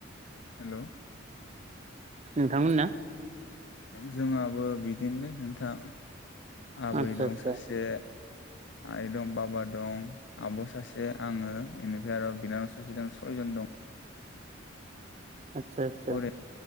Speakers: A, on the left; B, on the right.
A: हेलौ
B: नोंथांमोनना
A: जोंहाबो बिदिनोलै नोंथां आबै
B: आदसा
A: दं
B: आदसा
A: सासे आइ दं बाबा दं आब सासे आङो इनिफ्राय आरो बिनानाव सासे दं सयजन दं
B: आच्छा आच्छा
A: ओरै